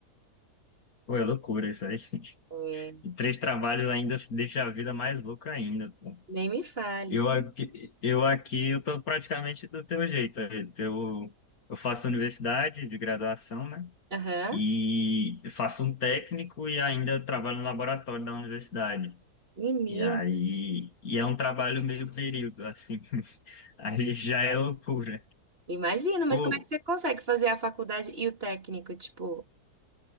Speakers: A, on the left; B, on the right.
A: Pô, é loucura isso aí. <laughs>
B: É,
A: E três trabalhos ainda deixa a vida mais louca ainda, pô.
B: nem me fale.
A: Eu aqui, eu aqui, eu tô praticamente do teu jeito. Eu, eu faço universidade de graduação, né?
B: Aham.
A: E faço um técnico e ainda trabalho no laboratório da universidade.
B: Menino,
A: E aí, e é um trabalho meio período, assim. <laughs> Aí já é loucura.
B: imagino, mas
A: Pô,
B: como é que você consegue fazer a faculdade e o técnico, tipo,